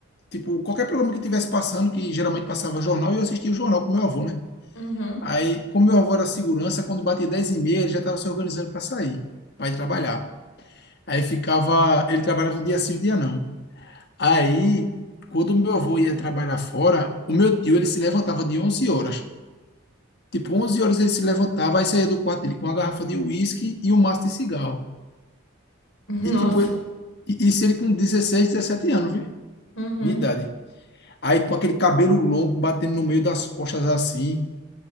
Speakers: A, on the left; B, on the left.
A: Tipo, qualquer programa que tivesse passando, que geralmente passava jornal, eu assistia o jornal com meu avô, né?
B: Uhum.
A: Aí, como meu avô era segurança, quando batia 10 e meia, ele já estava se organizando para sair, para ir trabalhar. Aí ficava, ele trabalhava um dia sim, um dia não. Aí, quando meu avô ia trabalhar fora, o meu tio, ele se levantava de 11 horas. Tipo, 11 horas ele se levantava, aí saía do quarto dele com uma garrafa de uísque e um maço de cigarro.
B: <laughs> Nossa.
A: E tipo, ele, e- isso ele com 16 17 anos, viu?
B: Uhum.
A: De idade. Aí com aquele cabelo longo batendo no meio das costas assim.